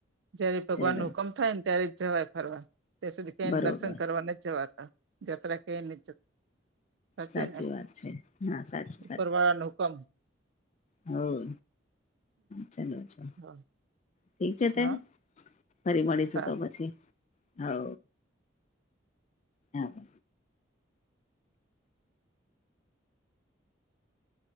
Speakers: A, on the right; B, on the left.
A: જયારે ભગવાન
B: ચલો
A: ન હુકમ થાય ને ત્યારે જ જવાય ફરવા ત્યાં સુધી કઈને
B: બરોબર
A: દર્શન કરવા નથી જવાતા જાત્રા કય નથી જતા સાચો
B: સાચી
A: ને
B: વાત છે હા સાચું
A: ઉપર વાળાનું હુકમ
B: હા, ચાલો છે.
A: હા
B: ઠીક છે તે
A: હા
B: ફરી મળીશું
A: સારું
B: તો પછી હવે હા